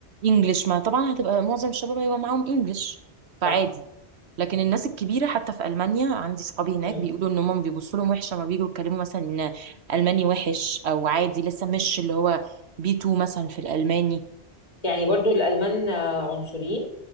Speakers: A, on the right; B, on the left.
A: انجلش ما طبعا هتبقى معظم الشباب هيبقى معاهم انجلش فعادي
B: صح
A: لكن الناس الكبيرة حتى في ألمانيا عندي صحابي هناك
B: امم
A: بيقولوا ان هم بيبصوا لهم وحشة ما بييجوا يتكلموا مثلا ان ألماني وحش او عادي لسه مش اللي هو بي 2 مثلا في الألماني
B: يعني برضو الالمان آه، عنصريين